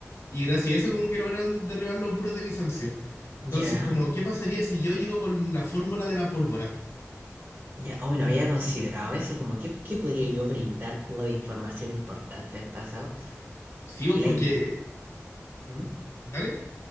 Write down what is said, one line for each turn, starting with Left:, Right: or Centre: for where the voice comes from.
Left: y gracias a eso como que lograron derribar los muros de Bizancio. Entonces,
Right: ¿Ya?
Left: como, ¿qué pasaría si yo llego con la fórmula de la pólvora?
Right: Ya, hoy no había considerado eso, como qué, qué podría yo brindar como de información importante al pasado.
Left: Sí, vos,
Right: La
Left: porque...
Right: imp- ¿Mm?
Left: ¿Dale?